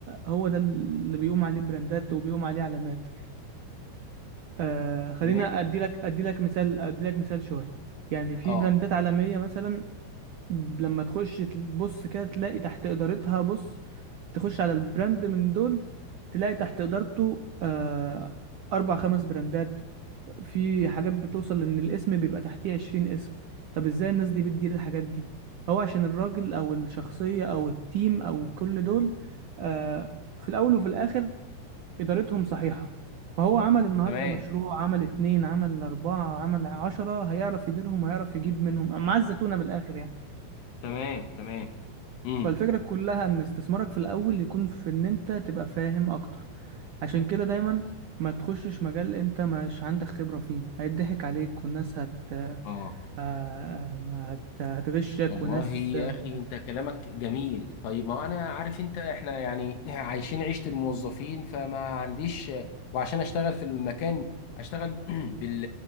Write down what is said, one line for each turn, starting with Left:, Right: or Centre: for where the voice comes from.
Right: هو ده اللي بيقوم عليه براندات وبيقوم عليه علامات آه خلينا
Left: تمام
Right: ادي لك ادي لك مثال ادي لك مثال شوية يعني في
Left: اه
Right: براندات عالمية مثلا ب- لما تخش تبص كده تلاقي تحت إدارتها بص تخش على البراند من دول تلاقي تحت إدارته آه، أربع خمس براندات في حاجات بتوصل ان الاسم بيبقى تحتيه عشرين اسم طب ازاي الناس دي بتدير الحاجات دي هو عشان الراجل او الشخصية او التيم او كل دول آه في الاول وفي الاخر ادارتهم صحيحة فهو عمل النهاردة
Left: تمام
Right: مشروع عمل اتنين عمل اربعة عمل عشرة هيعرف يديرهم وهيعرف يجيب منهم مع الزتونة من الاخر يعني
Left: تمام تمام امم
Right: فالفكرة كلها ان استثمارك في الاول يكون في ان انت تبقى فاهم اكتر عشان كده دايما ما تخشش مجال انت مش عندك خبرة فيه هيضحك عليك والناس هت آه،
Left: اه
Right: هت- هتغشك
Left: والله
Right: وناس
Left: يا
Right: آه،
Left: اخي انت كلامك جميل طيب ما انا عارف انت احنا يعني <laughs> عايشين عيشة الموظفين فما عنديش وعشان اشتغل في المكان اشتغل <clears throat> بال